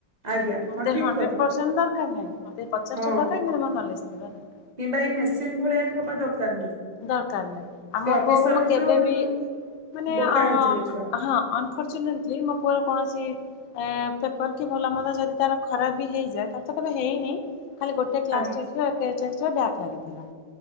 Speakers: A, on the right; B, on the left.
A: ଆଜ୍ଞା
B: ମୋତେ
A: ହଁ
B: ତ
A: ଠିକ
B: ହଣ୍ଡ୍ରେଡ଼
A: କଥା
B: ପରସେଣ୍ଟ ଦର କାର ନାହିଁ ମତେ ପଚାଶଟା
A: ହଁ
B: ଦରକାର କିନ୍ତୁ ମୋର ନଲେଜ ଥିବା ଦରକାର।
A: କିମ୍ବା, ଏଇ ମେସିନ ଭଳିଆ ବି ହବା ଦରକାର ନାହିଁ।
B: ଦରକାର ନାହିଁ, ଆମ
A: ସେ ଅଫିସର
B: ପୁଅକୁ ମୁଁ
A: ହେଇଥିବ
B: କେବେବି
A: କିନ୍ତୁ
B: ମାନେ
A: ବୋକା
B: ଅ
A: ହେଇଯିବେ ଛୁଆ
B: ହଁ। ଫଚୁନେଣ୍ଟିଲି ମୋ ପୁଅର କୌଣସି ଏ ପେପର କି, ଭଲ ମନ୍ଦ, ଯଦି ତାର ଖରାପ ବି ହେଇଯାଏ, ତାର ତ କେବେ ହେଇନେଇଁ ଖାଲି ଗୋଟେ କ୍ଲାସଟେଷ୍ଟରେ
A: ଆଜ୍ଞା।
B: ଏ କେ ଟେଷ୍ଟରେ ବ୍ୟାକ ଲାଗିଥିଲା।